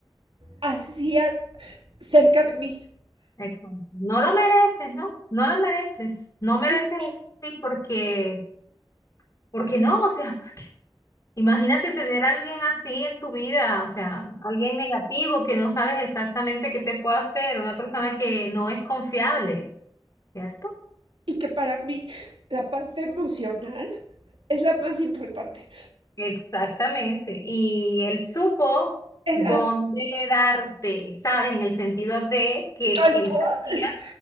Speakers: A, on the right; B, on the left.
A: así cerca de mí.
B: exacto, no lo mereces, ¿no? No lo mereces. No mereces
A: Y,
B: eso, sí, porque, porque no, o sea. Imagínate tener a alguien así en tu vida, o sea, alguien negativo que no sabes exactamente qué te puede hacer, una persona que no es confiable, ¿cierto?
A: y que para mí la parte emocional es la más importante.
B: Exactamente. Y él supo
A: Es
B: dónde
A: la
B: darte, ¿sabes? En el sentido de que
A: tal
B: él
A: cual.
B: sabía,